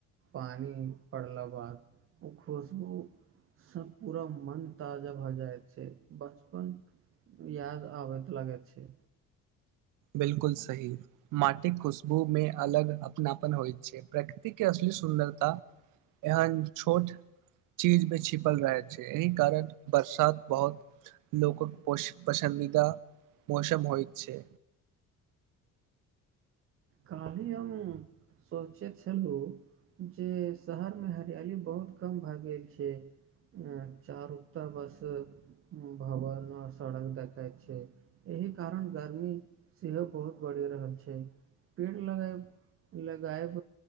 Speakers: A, on the right (about 45°); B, on the right (about 80°).
A: पानि पड़लााक बाद ओ खुशबूसँ पूरा मन ताजा भऽ जाइत छै बचपन याद आबैत लागैत छै
B: बिल्कुल सही माटिक खुशबू मे अलग अपनापन होइत छै प्रकृति के असली सुन्दरता एहन छोट चीज मे छिपल रहैत छै एहि कारण बरसात बहुत लोकक पो पसन्दीदा मौसम होइत छै
A: काल्हि हम सोचैत छलहुँ जे शहरमे हरियाली बहुत कम भए गेल छै ऐं चारुकता बस भवन आ सड़क देखैत छै एहि कारण गर्मी सेहो बहुत बढ़ि रहल छै पेड़ लगए लगायब